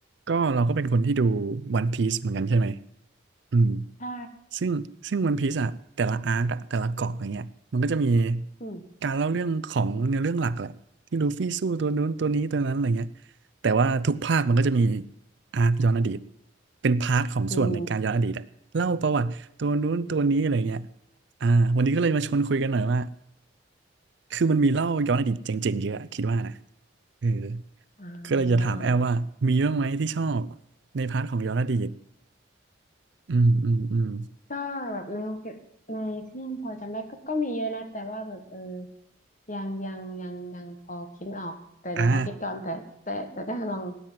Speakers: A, on the right (about 60°); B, on the left (about 40°).
A: ก็เราก็เป็นคนที่ดู One p i e c e เหมือนกันใช่ไหมอืม
B: ใช่
A: ซึ่งซึ่ง One p i e c e อ่ะแต่ละอาร์กอะแต่ละเกาะอย่างเงี้ยมันก็จะมี
B: อืม
A: การเล่าเรื่องของเนื้อเรื่องหลักแหละที่ลูฟี่สู้ตัวนู้นตัวนี้ตัวนั้นอะไรเงี้ยแต่ว่าทุกภาคมันก็จะมีอาร์กย้อนอดีตเป็นพาร์ทของส่วนในการย้อนอดีตอะเล่าประวัติตัวนู้นตัวนี้อะไรเงี้ย
B: อืม
A: อ่าวันนี้ก็เลยมาชวนคุยกันหน่อยว่าคือมันมีเล่าย้อนอดีตเจ๋งๆเยอะอะคิดว่านะเออ
B: อ่
A: ก็เลยจะถามแอลว่ามีบ้างไหมที่ชอบ
B: า
A: ในพาร์ทของย้อนอดีต อืมอืมอืม
B: ก็แบบในโอเคในที่ยังพอจำได้ก็ก็มีเยอะนะแต่ว่าแบบเออยังยังยังยังพอคิดไม่ออกแต่เดี๋ยวขอคิดก่อนแต่แต่แต่ถ้าเธอลอง
A: อ่า